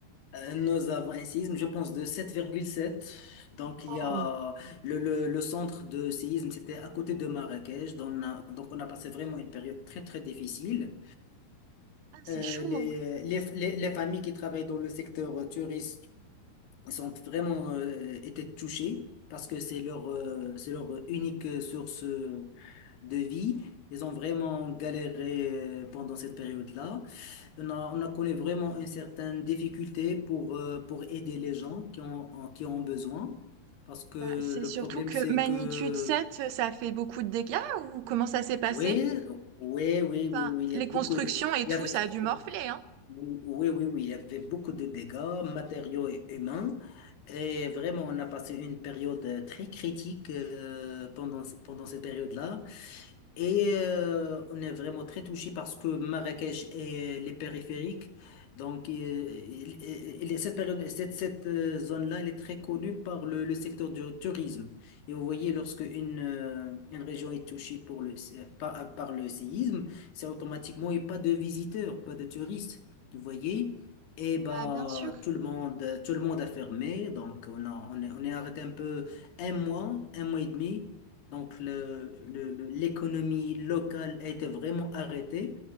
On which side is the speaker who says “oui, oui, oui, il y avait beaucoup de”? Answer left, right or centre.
Left